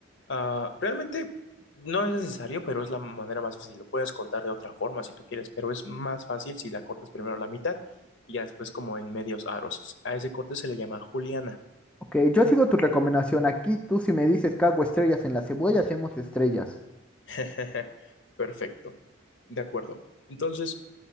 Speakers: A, on the left; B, in the centre.
A: Ah, realmente no es necesario, pero es la manera más fácil. Lo puedes cortar de otra forma si tú quieres, pero es más fácil si la cortas primero a la mitad y ya después como en medios aros. A ese corte se le llama juliana.
B: Ok, yo sigo tu recomendación. Aquí tú si me dices que hago estrellas en la cebolla, hacemos estrellas.
A: <laughs> Perfecto. De acuerdo. Entonces,